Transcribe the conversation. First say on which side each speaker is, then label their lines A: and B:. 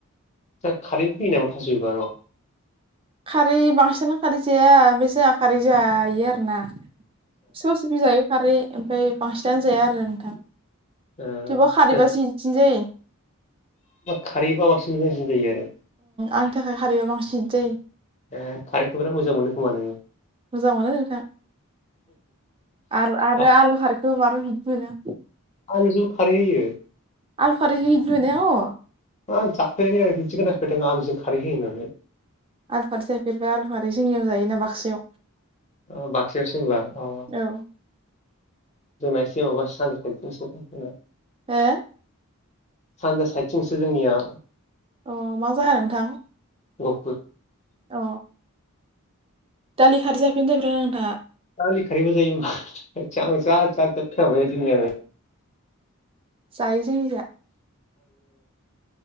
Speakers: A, on the left; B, on the right.
A: थोद खारैबो होयो नामा थास बिबाराव
B: खारै बांसिनानो खारै जाया बे जोहा खारै जायो आरोना सम सम जायो खारै ओमफ्राय बांसिनानो जाया आरो नोंथां
A: ओ
B: थेबाव खारैबासो
A: सोरबा
B: हिटसिन जायो
A: खारैबा बांसिन मोजांसिन जायो आरो
B: आंनि थाखाय खारैबा बांसिन हिद जायो
A: ए खारैखौ बिराद मोजां मोनो खोमा नोङो
B: मोजां मोनो नोंथां आलु आरो
A: आं
B: आलु खारैखौ मार मोनो
A: आलु जौ खारै हैयो
B: आलु खारै हिद मोनो अ
A: ओं जाफेराखै आंङो दिनैसो खोनाफेरदों आलुजों खारै होयो होननानै
B: आलू खारै जायोबा आलु खारै जोंनियाव जायोना बाक्सायाव
A: ओ बाक्सायावसो होमबा अ
B: औ
A: जोंना एसे माबासो जायो एवखाम सावखाम
B: हो
A: सानजा साइदथिंसो जोंनिया
B: अ मा जाया नोंथां
A: गहफुर
B: औ दालि खारै जाफेरदो ना जाफेरा नोंथाङा
A: दालि खारिबो जायो होमबा होद जाम जाद जाद खोनाबायलै दिनै आङो
B: जायो जोंनिजा।